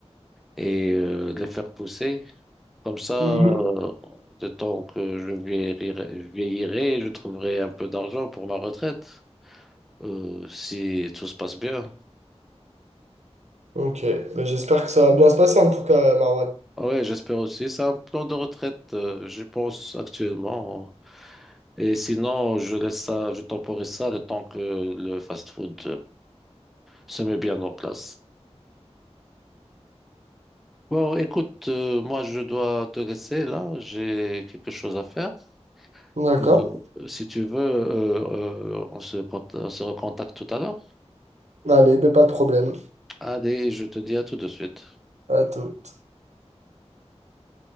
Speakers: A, in the centre; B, on the right (about 85°).
A: et euh, les faire pousser. Comme ça,
B: Mhm.
A: euh, le temps que je vieillirai, je vieillirai, je trouverai un peu d'argent pour ma retraite, euh, si tout se passe bien.
B: Ok, Ben, j'espère que ça va bien se passer en tout cas, Marwan.
A: Ah Ouais, j'espère aussi. C'est un plan de retraite, euh, je pense, actuellement. Et sinon, je laisse ça, je temporise ça le temps que le fast-food. se met bien en place. Bon, écoute, euh, moi je dois te laisser là, j'ai quelque chose à faire.
B: D'accord.
A: Mais, euh, si tu veux, euh, euh, on se, cont- on se recontacte tout à l'heure.
B: Allez, ben, pas de problème.
A: Allez, je te dis à tout de suite.
B: À tout.